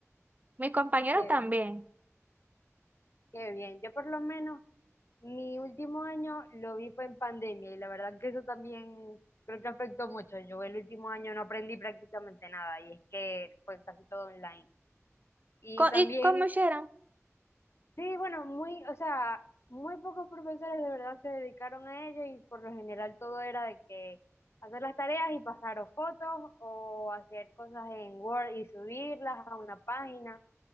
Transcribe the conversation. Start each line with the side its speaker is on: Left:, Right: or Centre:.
Right: Mis compañeros
Left: Qué
Right: también.
Left: bien, qué bien. Yo por lo menos mi último año lo vi fue en pandemia y la verdad que eso también creo que afectó mucho. Yo el último año no aprendí prácticamente nada y es que fue casi todo online. Y
Right: Co-
Left: también
Right: ¿Y cómo hicieron?
Left: Sí, bueno, muy, o sea, muy pocos profesores de verdad se dedicaron a ello y por lo general todo era de que hacer las tareas y pasar o fotos o hacer cosas en Word y subirlas a una página.